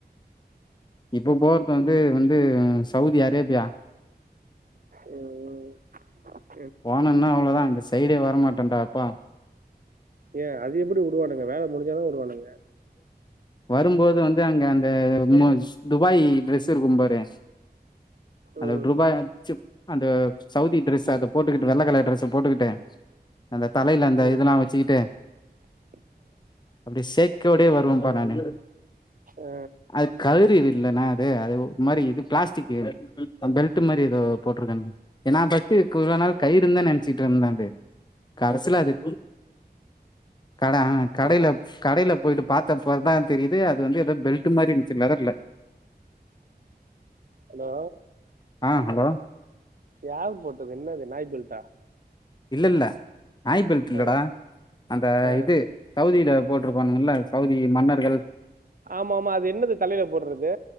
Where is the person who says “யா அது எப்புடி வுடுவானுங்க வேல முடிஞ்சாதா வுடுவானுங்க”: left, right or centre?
Right